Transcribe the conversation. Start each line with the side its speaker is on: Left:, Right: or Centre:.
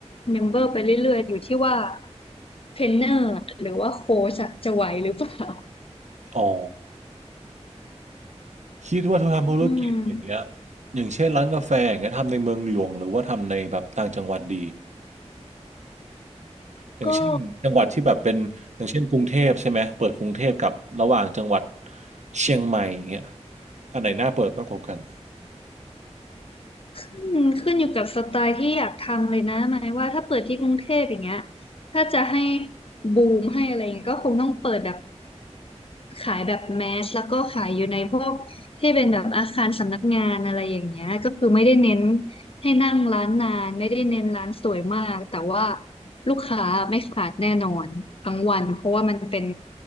Left: เมมเบอร์ไปเรื่อยๆอยู่ที่ว่าเทรนเนอร์หรือว่าโค้ชอะจะไหวหรือเปล่า
Right: อ๋อคิดว่าถ้าทำธุรกิจอย่างเงี้ย
Left: อืม
Right: อย่างเช่นร้านกาแฟอย่างเงี้ยทำในเมืองหลวงหรือว่าทำในแบบต่างจังหวัดดีอย่างเช่นจังหวัดที่แบบเป็นอย่างเช่นกรุงเทพใช่ไหมเปิดกรุงเทพกับระหว่างจังหวัด
Left: ก็
Right: เชียงใหม่อย่างเงี้ยอันไหนน่าเปิดมากกว่ากัน
Left: อืมขึ้นอยู่กับสไตล์ที่อยากทำเลยนะหมายว่าถ้าเปิดที่กรุงเทพอย่างเงี้ยถ้าจะให้บูมให้อะไรอย่างเงี้ยก็คงต้องเปิดแบบ ขายแบบแมสแล้วก็ขายอยู่ในพวกที่เป็นแบบอาคารสำนักงานอะไรอย่างเงี้ยก็คือไม่ได้เน้นให้นั่งร้านนานไม่ได้เน้นร้านสวยมากแต่ว่าลูกค้าไม่ขาดแน่นอนทั้งวันเพราะว่ามันเป็น